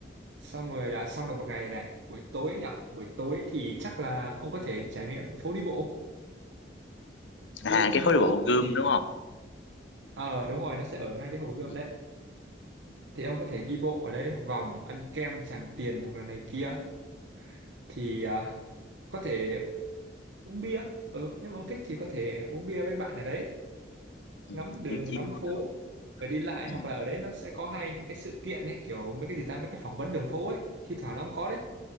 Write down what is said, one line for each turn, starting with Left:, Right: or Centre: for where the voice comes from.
Right: xong rồi là xong được một ngày này buổi tối nhỉ buổi tối thì chắc là ông có thể trải nghiệm phố đi bộ
Left: à
Right: phố đi
Left: cái phố đi
Right: bộ
Left: bộ Hồ Gươm
Right: thì
Left: đúng không
Right: ờ đúng rồi nó sẽ ở ngay cái Hồ Gươm
Left: ừ,
Right: đấy thì ông có thể đi bộ ở đấy một vòng ăn kem Tràng Tiền hoặc là này kia thì à, có thể uống bia ừ, nếu mà ông thích thì có thể uống bia với bạn ở đấy
Left: ừ.
Right: ngắm đường
Left: chiếu chiếu
Right: ngắm phố
Left: rồi
Right: rồi đi lại
Left: ừ.
Right: hoặc là ở đấy nó sẽ có hay những cái sự kiện ấy kiểu mấy cái gì ta mấy cái phỏng vấn đường phố ấy thi thoảng nó cũng có đấy